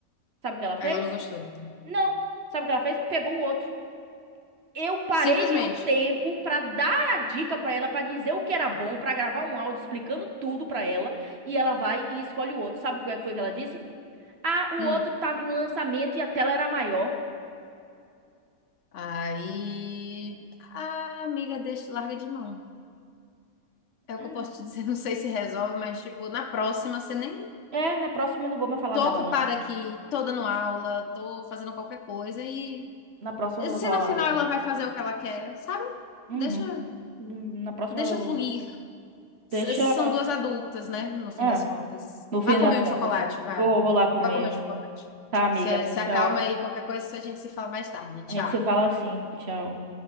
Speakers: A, on the right; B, on the left.
A: Sabe o que ela fez?
B: Aí Ela não gostou.
A: Não. Sabe o que ela fez? Pegou o outro. Eu parei
B: Simplesmente.
A: meu tempo pra dar a dica pra ela, pra dizer o que era bom, pra gravar um áudio explicando tudo pra ela, e ela vai e escolhe o outro. Sabe o que foi que ela disse? Ah, o
B: Hum.
A: outro tava em lançamento e a tela era maior.
B: Aí a amiga deixa, larga de mão. É
A: Hum.
B: o que eu posso te dizer. <laughs> Não sei se resolve, mas tipo, na próxima você nem
A: É, na próxima eu não vou mais falar
B: tô
A: nada,
B: ocupada
A: não.
B: aqui, tô dando aula, tô fazendo qualquer coisa e
A: Na próxima eu não vou
B: se
A: falar
B: no
A: mais
B: final
A: nada,
B: ela
A: não.
B: vai fazer o que ela quer, sabe?
A: Uhum.
B: Deixa,
A: Na próxima,
B: deixa
A: eu-
B: fluir.
A: deixa.
B: S- são duas adultas, né? No fim
A: É,
B: das contas.
A: no fim
B: Vá comer
A: das
B: um
A: contas.
B: chocolate, vá.
A: Vou, vou lá comer.
B: Vá comer um chocolate.
A: Tá, amiga?
B: Se, se
A: Tchau.
B: acalma aí, qualquer coisa a gente se fala mais tarde. Tchau.
A: A gente se fala assim. Tchau.